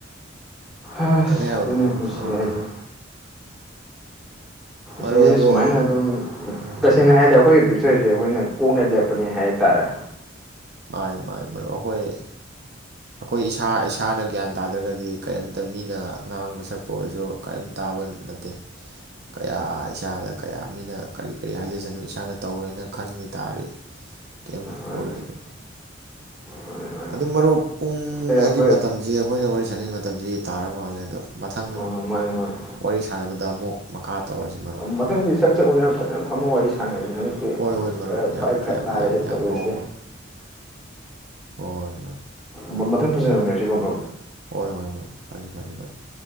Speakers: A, in the centre; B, on the right.
A: ꯑꯁ
B: ꯀꯛꯅꯤꯡꯉꯥꯏ ꯑꯣꯏꯕ
A: ꯑꯗꯨꯅ
B: ꯋꯥꯐꯝ
A: ꯄꯨꯟꯁꯤ
B: ꯁꯨꯡꯌꯥꯎ
A: ꯍꯥꯏꯁꯦ
B: ꯌꯥꯎꯗ꯭ꯔꯦ ꯃꯔꯨꯞ
A: ꯁꯤꯁꯦ
B: ꯑꯗꯣ
A: ꯁꯨꯃꯥꯏꯅ ꯑꯗꯨꯝ
B: ꯎꯝ
A: ꯇꯁꯦꯡꯅ ꯍꯥꯏꯔꯗꯤ ꯑꯩꯈꯣꯏꯒꯤ ꯐꯌꯨꯆꯔ ꯁꯛꯆꯔꯁꯦ ꯑꯩꯈꯣꯏꯅ ꯀꯣꯛꯅ ꯂꯦꯞꯄꯅꯦ ꯍꯥꯏꯇꯥꯔꯦ
B: ꯃꯥꯏ ꯃꯥꯏ ꯃꯔ ꯑꯩꯈꯣꯏ ꯑꯩꯈꯣꯏ ꯏꯁꯥ ꯏꯁꯥꯅ ꯒ꯭ꯌꯥꯟ ꯇꯥꯗ꯭ꯔꯒꯗꯤ ꯀꯔꯤꯝꯇ ꯃꯤꯅ ꯉꯥꯡꯕ ꯁꯛꯄ ꯑꯣꯏꯔꯁꯨ ꯀꯔꯤꯝ ꯇꯥꯕ ꯅꯠꯇꯦ ꯀꯌꯥ ꯏꯁꯥꯗ ꯀꯌꯥ ꯃꯤꯅ ꯀꯔꯤ ꯀꯔꯤ ꯍꯥꯏꯖꯁꯅꯨ ꯏꯁꯥꯅ ꯇꯧꯔꯣꯏꯅ ꯈꯟꯈꯤ ꯇꯥꯔꯤ ꯀꯔꯤꯝ
A: ꯃꯥꯅꯤ
B: ꯑꯣꯏꯔꯣꯏꯗꯣꯏꯅꯣ
A: ꯃꯥꯅꯤ ꯃꯥꯅꯤ
B: ꯑꯗꯨ ꯃꯔꯨꯞ ꯄꯨꯡ
A: ꯑꯦ
B: ꯍꯥꯏꯗꯤ
A: ꯍꯣꯏ
B: ꯃꯇꯝꯁꯤ ꯑꯩꯈꯣꯏꯅ ꯋꯥꯔꯤ ꯁꯥꯟꯅꯩ ꯃꯇꯝꯁꯤ ꯇꯥꯔ ꯃꯥꯜꯂꯦ ꯑꯗꯣ ꯃꯊꯪ
A: ꯑꯣ ꯃꯥꯅꯤ ꯃꯥꯅꯤ
B: ꯋꯥꯔꯤ ꯁꯥꯟꯅꯕꯗ ꯑꯃꯨꯛ ꯃꯈꯥ ꯇꯧꯔꯁꯤ ꯃꯔꯨꯞ
A: ꯃꯊꯪꯗꯤ ꯁꯥꯛ ꯆꯥꯛꯎꯗꯅ ꯐꯖꯅ ꯐꯝꯃ ꯋꯥꯔꯤ ꯁꯥꯟꯅꯅꯤ ꯍꯟꯗꯛꯇꯤ
B: ꯍꯣꯏ ꯍꯣꯏ ꯃꯔꯨꯞ
A: ꯈꯔ
B: ꯌꯥꯝ
A: ꯐꯋꯥꯏ ꯈꯔ
B: ꯌꯥꯝ
A: ꯇꯥꯔꯦꯁꯤ
B: ꯌꯥꯝ ꯌꯥꯝ
A: ꯇꯧꯔꯤꯁꯤ
B: ꯐꯕ ꯍ
A: ꯃꯊꯪ ꯐꯖꯅꯃꯤꯟꯅꯔ ꯁꯤꯦꯒꯨꯝꯕ
B: ꯍꯣꯏ ꯍꯣꯏ ꯍꯣꯏ ꯐꯅꯤ ꯐꯅꯤ ꯃꯔ